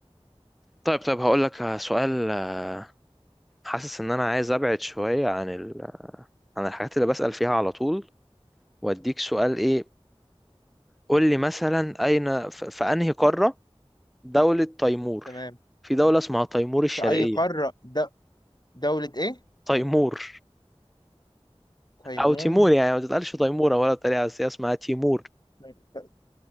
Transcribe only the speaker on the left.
تمام
في أي قارة د... دولة إيه؟
تيمون
ممكن